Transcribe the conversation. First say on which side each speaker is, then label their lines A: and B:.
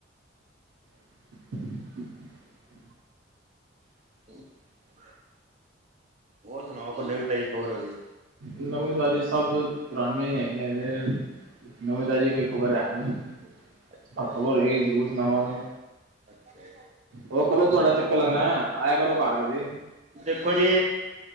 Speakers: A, on the right; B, on the right.
A: <inaudible>
B: <inaudible> ਹੋਰ ਸੁਣਾਓ ਕੋਈ ਨਵੀ ਤਾਜੀ ਹੋਰ ਹੋਵੇ।
A: ਨਵੀ ਤਾਜੀ ਸਭ ਪੁਰਾਣੀਆਂ ਹੀ ਹੈਗੀਆਂ ਏ। ਨਵੀ ਤਾਜੀ ਕੋਈ ਖ਼ਬਰ ਹੈ ਨੀ। ਅ
B: ਅੱਛਾ
A: ਖਬਰ ਹੋਏਗੀ, ਜ਼ਰੂਰ ਸੁਣਾਵਾਂਗੇ।
B: ਅੱਛਾ ਜੀ।
A: ਹੋਰ ਕਦੋ ਤੁਹਾਡਾ ਚੱਕਰ ਲੱਗਣਾ, ਆਇਆ ਕਰੋ ਘਰ ਕਦੇ।
B: ਦੇਖੋ ਜੀ